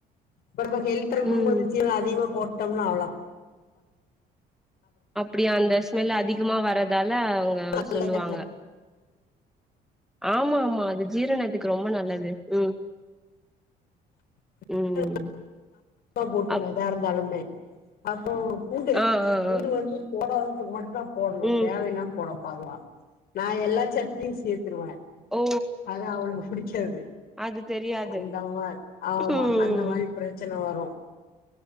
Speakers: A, on the left; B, in the centre.
A: ஒடம்ப ஹெல்த்ம்
B: ம்
A: கொஞ்ச <unintelligible> அதிகமா போட் த்தம்னா அவ்ளா
B: அப்படியா அந்தஸ் <unintelligible> அதி திகமா வரதால அவங்க
A: நல்லதான
B: சொல்லுவாங்க ஆமா ஆமா அது ஜீரண அதுக்கு ரொம்ப நல்லது ம்
A: <inaudible>
B: ம்
A: போட்டுவ
B: அப்
A: எதா இருந்தாலுமே அப்போ உண்டு
B: ஆ ஆ
A: உடு
B: ஆ
A: வந்து போட <unintelligible> போடணு
B: ம்
A: தேவல்லா போடக் <unintelligible> நா எல்லா சட்னியு சேர்த்தருவே
B: ஓ
A: அத அவளே குடிக்கது
B: அது தெரியாது
A: அந்தமா ஆமா
B: ம்
A: அந்த மாரி பிரச்சன வரு <inaudible>